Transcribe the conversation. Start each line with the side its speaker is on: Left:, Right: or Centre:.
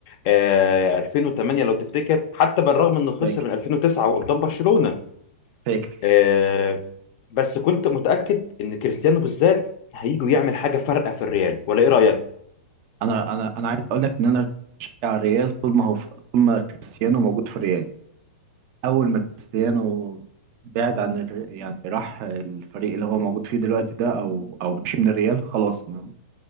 Left: آه 2008 لو تفتكر حتى بالرغم انه خسر
Right: فاكر
Left: من 2009 وقدام برشلونه
Right: فاكر
Left: آه، بس كنت متأكد ان كريستيانو بالذات هيجي يعمل حاجة فارقة في الريال ولا ايه رأيك؟
Right: انا انا انا عايز اقول لك ان انا بشجع الريال طول ما هو طول ما كريستيانو موجود في الريال اول ما كريستيانو بعد عن الر... يعني راح الفريق اللي هو موجود فيه دلوقتي ده او او مشي من الريال خلاص ما